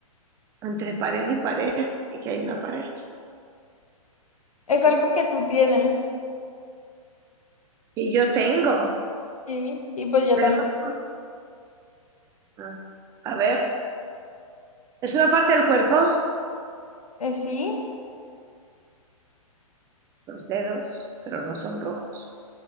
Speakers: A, on the right; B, on the left.
A: entre pared y pared, y que hay una pared.
B: Es
A: Ok.
B: algo que tú tienes.
A: Y yo tengo.
B: Sí, y pues yo
A: Tenemos-
B: también.
A: ah, A ver, es una parte del cuerpo,
B: Eh, sí,
A: los dedos, pero no son rojos.